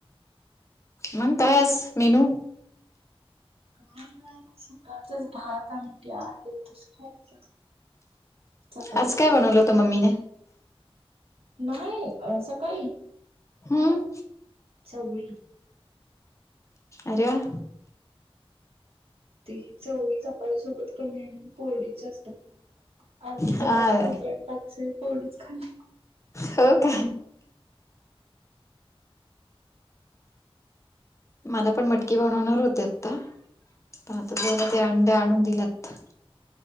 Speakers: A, on the left; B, on the right.
A: मग काय आज मेनू?
B: काय नाही सकाळचच भात आणि ते आहे ते खायचं. चपाती
A: आज काय बनवलं होतं मम्मीने
B: नाही सकाळी
A: हम्म
B: चवळी
A: अरे वाह!
B: ती चवळी चपाळी सोबत कमी आणि कोरडीत जास्त अर्धी
A: वा
B: चपाती आणि बाकी सगळी कोरडीच खाल्ली.
A: हो का? मला पण मटकी बनवणार होते आता पता गोर ते अंड आणून दिलात